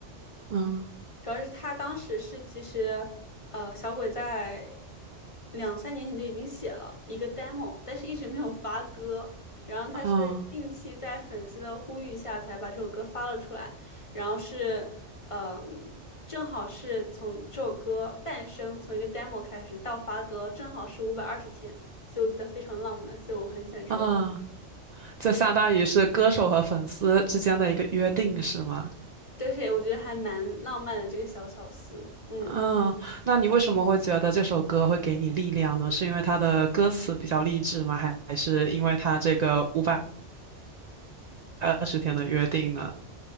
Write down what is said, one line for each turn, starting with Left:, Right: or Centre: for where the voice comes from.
Right: 嗯
Left: 主要是他当时是其实，呃，小鬼在两三年前就已经写了一个 demo，但是一直没有发歌。然后他是近期在粉丝的呼吁下才把这首歌发了出来，
Right: 嗯
Left: 然后是，嗯、正好是从这首歌诞生，从一个 demo 开始到发歌，正好是五百二十天，所以我觉得非常浪漫，所以我很喜欢这首歌
Right: 嗯。嗯就相当于是歌手和粉丝之间的一个约定，
Left: 嗯，
Right: 是吗？
Left: 就是我觉得还蛮浪漫的这个小巧思。嗯，
Right: 嗯，那你为什么会觉得这首歌会给你力量呢？是因为它的歌词比较励志吗？还还是因为它这个五百二十天的约定呢？